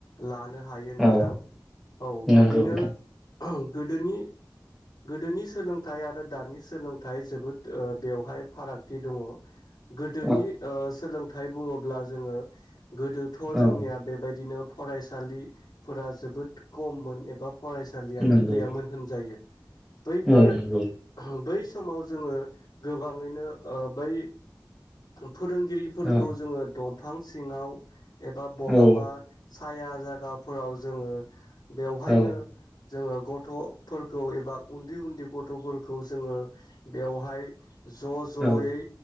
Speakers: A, on the left; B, in the centre.
A: लानो हायो नोंथां
B: औ
A: औ बिदिनो
B: नंगौ नोंथां
A: गोदोनि गोदोनि सोलोंथाइ आरो दानि सोलोंथाइ जोबोद ओ बेवहाय फारागथि दङ' गोदोनि
B: औ
A: ओ सोलों थाय बुङोब्ला जोङो गोदोथ' जोंनिया
B: औ
A: बेबायदिनो फरायसालिफोरा जोबोद खममोन एबा फरायसालियानो
B: नंगौ
A: गैयामोन होनजायो बैफोर
B: औ नंगौ
A: बै समाव जोङो गोबाङैनो ओ बै फोरोंगिरिफोरखौ
B: ओ
A: जोंङो दं फां सिङाव एबा बहाबा
B: औ
A: साया जागाफोराव जोंङो बेवहायनो
B: औ
A: जोंङो गथ'फोरखौ एबा उन्दै-उन्दै गथ'फोरखौ जोंङो बेवहाय <inaudible> ज' ज'यै
B: औ